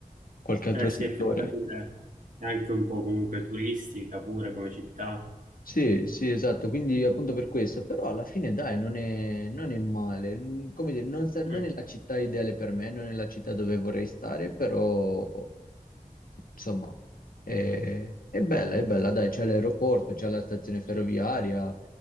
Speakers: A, on the left; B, on the right.
A: Qualche altro
B: Eh sì,
A: settore.
B: effettivamente è anche un po' comunque turistica pure come città.
A: Sì, sì, esatto, quindi appunto per questo, però alla fine dai, non è, non è male, Mm, come dire, non, sa- non
B: Mm.
A: è la città ideale per me, non è la città dove vorrei stare, però insomma è, è bella, è bella, dai, c'è l'aeroporto, c'è la stazione ferroviaria,
B: Ci-